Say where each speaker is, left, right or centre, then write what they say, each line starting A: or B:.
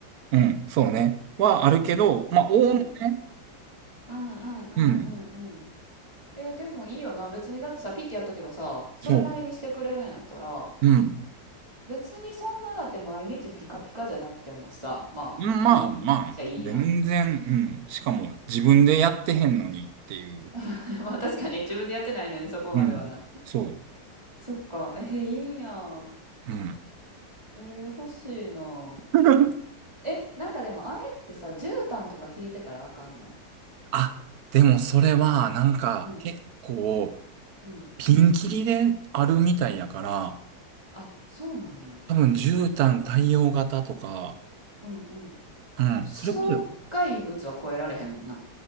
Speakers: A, on the right (about 60°); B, on the right (about 15°).
A: うん、そうね。はあるけど、まあ、おおむね、
B: うん。うんうんうんうんうん。
A: うん、
B: えー、でもいいよな。別にだってさ、ピッてやっとけばさ、それなりにしてくれるんやったら、
A: そう、うん。
B: 別にそんなだって毎日ピカピカじゃなくてもさ、まあ、
A: うんまあまあ、
B: いい、じゃいいやん。
A: 全然、うん。しかも、自分でやってへんのにっていう。
B: <laughs> まあ確かに自分でやってないのにそこまではな。
A: うん、そ
B: そっか。えー、いいやん。
A: う、うん。
B: えー、欲しいな。
A: <laughs>
B: え、なんかでもあれってさ、絨毯とか引いてたらあかんの
A: あ、でもそれはなんか結構
B: うん、うん。
A: ピンキリであるみたいやから、
B: あ、そうなんや。
A: 多分絨毯対応型とか、
B: うんうん。
A: うん、
B: 障害物は超えられへんもんな。
A: それこそ、